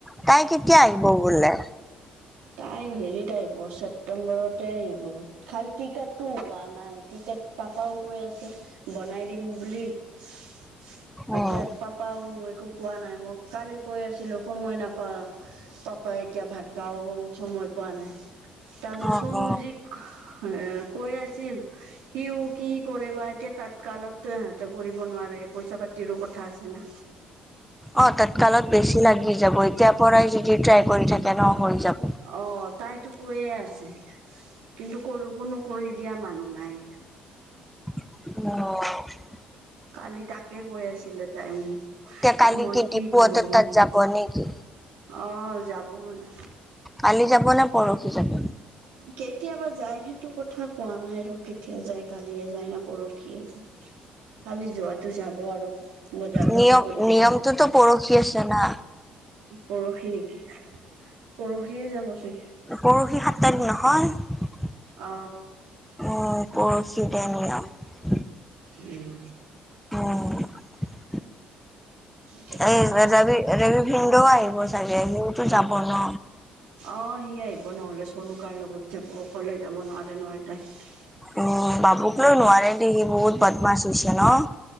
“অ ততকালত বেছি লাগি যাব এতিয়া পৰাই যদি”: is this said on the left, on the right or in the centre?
Centre